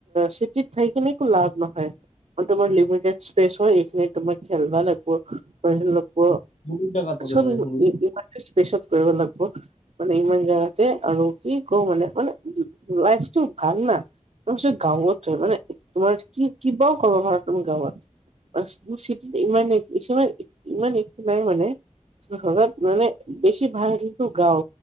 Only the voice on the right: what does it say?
চিটিত থাই কিনে একো লাভ নহয়। আৰু তোমাৰ লিমিটড স্পেছ হয়, এইখিনি তোমাৰ খেলবা লাগব, <unintelligible>
<unintelligible> স্পেচত কৰিব লাগিব। মানে ইমান জেগাতে আৰু কি ক মানে মানে লাইফটো ভাল ন। গাঁৱত তাৰমানে তোমাৰ কি কিবাও কৰব পাৰা তুমি গাঁৱত। <unintelligible> ইমান <unintelligible> ইমান একো নাই মানে চহৰত। মানে বেছি ভাল কিন্তু গাও।